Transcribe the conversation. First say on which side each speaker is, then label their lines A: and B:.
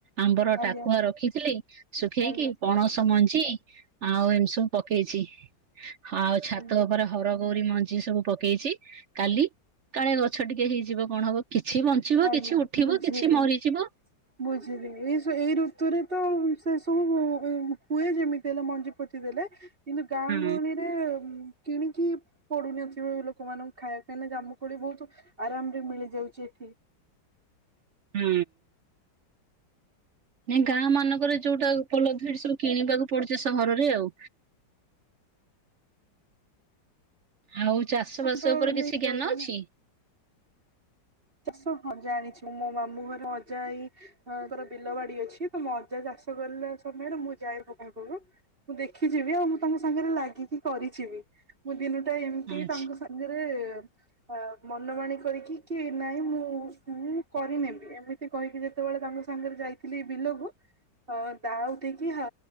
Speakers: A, on the right; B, on the right.
A: ଆମ୍ବର
B: ଆଜ୍ଞା
A: ଟାକୁଆ ରଖିଥିଲି ଶୁଖେଇକି
B: ଆଜ୍ଞା
A: ପଣସ ମଞ୍ଜ ଞ୍ଜି ଆଉ ଏମିତି ସବୁ ପକେଇଛି ଆଉ ଛାତ
B: ଆଜ୍ଞା
A: ଉପରେ ହରଗଉରୀ ମଞ୍ଜି ସବୁ ପକେଇଛି କାଲି କାଳେ ଗଛ ଟିକେ ହେଇଯିବ କଣ ହବ? କିଛି ବଞ୍ଚିବ
B: ଆଜ୍ଞା
A: କିଛି ଉଠିବ
B: ବୁଝିଲି
A: କିଛି ମରିଯିବ।
B: ବୁଝିଲି ଏଇ ସ ଏଇ ଋତୁରେ ତ ସେ ସବୁ ହୁ ହୁଏ ଯେମିତି ହେଲେ ମଞ୍ଜି ପୋତିଦେଲେ କିନ୍ତୁ ଗାଁ
A: ହଁ
B: ଗହଳିରେ କିଣିକି ପଡୁନଥିବ ଲୋକମାନଙ୍କୁ ଖାଇବା ପାଇଁ କାଇଁକି ନା ଜାମୁକୋଳି ବହୁତ ଆରାମରେ ମିଳି ଯାଉଛି ଏଠି।
A: ହୁଁ। ନାଇଁ ଗାଁ ମାନଙ୍କରେ ଯୋଉଟା ଉପଲବ୍ଧି ସେଠି ସବୁ କିଣିବାକୁ ପଡୁଛି ସହରରେ ଆଉ। ଆଉ ଚାଷ ବାସ
B: ତ
A: ଉପରେ
B: ନେଇକି
A: କିଛି ଜ୍ଞାନ
B: ଦଉଥିବେ
A: ଅଛି?
B: ନା ଚାଷ ହଁ ଜାଣିଛି ମୋ ମାମୁଁ ଘରେ ଅଜା ଆଇ ହଁ ଆଙ୍କର ବିଲ ବାଡି ଅଛି ତ ମୋ ଅଜା ଚାଷ କରିଲା ସମୟରେ ମୁଁ ଯାଏ ତାଙ୍କ ପାଖକୁ। ମୁଁ ଦେଖିଚି ବି ଆଉ ମୁଁ ତାଙ୍କ ସାଙ୍ଗରେ ଲାଗିକି କରିଚି ବି। ମୁଁ ଦିନୁଟା ଏମିତି
A: ଆଛା
B: ତାଙ୍କ ସାଙ୍ଗରେ ଅ ମନ ମନ ମାଣି କରିକି କି ନାଇଁ ମୁଁ ମୁଁ କରିନେବି ଏମିତି କହିକି ଯେତେବେଳେ ତାଙ୍କ ସାଙ୍ଗରେ ଯାଇଥିଲି ବିଲକୁ ହ ଦାଆ ଉଠେଇକି ହା